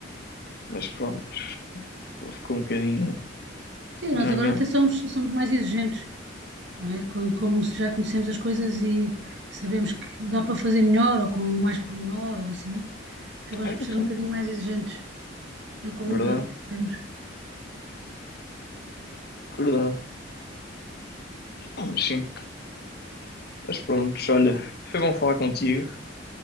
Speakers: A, on the left; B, on the right.
A: Mas pronto, aquilo ficou um bocadinho
B: Sim, nós
A: nhanhã.
B: agora até somos, somos mais exigentes, não é? Quando, como se já conhecemos as coisas e sabemos que dá para fazer melhor ou com mais pormenor ou assim, acabamos
A: É,
B: por ser
A: sim.
B: um bocadinho mais exigentes na qualidade
A: Verdade,
B: que queremos.
A: verdade. Ah, Mas sim. Mas pronto, olha, foi bom falar contigo.